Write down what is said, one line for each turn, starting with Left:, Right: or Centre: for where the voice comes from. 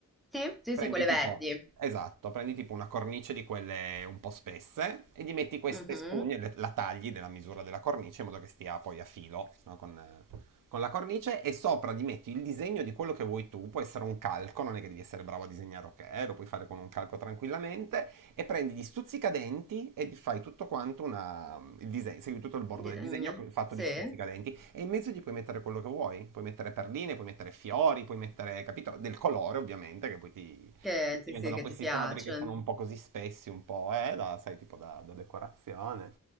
Centre: Sì, sì,
Right: Prendi
Centre: sì, quelle
Right: tipo,
Centre: verdi.
Right: esatto, prendi tipo una cornice di quelle un po' spesse e gli metti queste
Centre: Mhm.
Right: spugne, le- la tagli della misura della cornice in modo che stia poi a filo, no, con, eh, con la cornice e sopra gli metti il disegno di quello che vuoi tu, può essere un calco, non è che devi essere bravo a disegnare, ok, lo puoi fare con un calco tranquillamente e prendi gli stuzzicadenti e gli fai tutto quanto una, il disegno, segui tutto il bordo
Centre: Di-
Right: del disegno
Centre: mm,
Right: fatto
Centre: Sì,
Right: di stuzzicadenti e in mezzo gli puoi mettere quello che vuoi, puoi mettere perline, puoi mettere fiori, puoi mettere, capito, del colore ovviamente, che poi ti,
Centre: che,
Right: ti
Centre: sì,
Right: vengono
Centre: sì, che
Right: questi
Centre: ti piace.
Right: quadri che sono un po' così spessi, un po', eh, da, sai, tipo da, da decorazione.